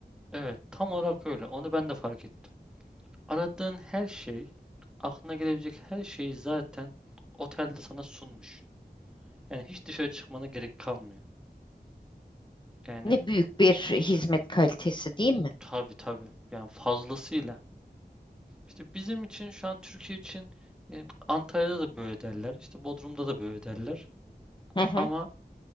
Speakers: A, in the centre; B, on the left (about 30°).
A: Evet, tam olarak öyle. Onu ben de fark ettim. Aradığın her şey, aklına gelebilecek her şeyi zaten otelde sana sunmuş. Yani hiç dışarı çıkmana gerek kalmıyor. Yani
B: Ne büyük bir hizmet kalitesi değil mi?
A: tabii tabii. Yani fazlasıyla. İşte bizim için şu an Türkiye için e, Antalya'da da böyle derler. İşte Bodrum'da da böyle derler.
B: Hı hı.
A: Ama